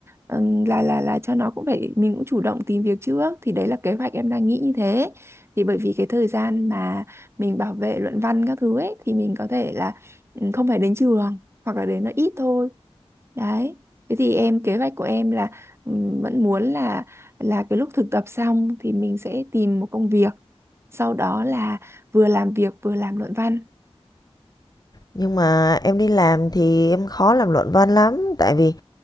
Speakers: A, on the right; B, on the left.
A: ừm, là là là cho nó cũng phải mình cũng chủ động tìm việc trước thì đấy là kế hoạch em đang nghĩ như thế thì bởi vì cái thời gian mà mình bảo vệ luận văn các thứ ấy thì mình có thể là ừm, không phải đến trường hoặc là đến nó ít thôi đấy thế thì em kế hoạch của em là ừm, vẫn muốn là là cái lúc thực tập xong thì mình sẽ tìm một công việc sau đó là vừa làm việc vừa làm luận văn
B: Nhưng mà em đi làm thì em khó làm luận văn lắm tại vì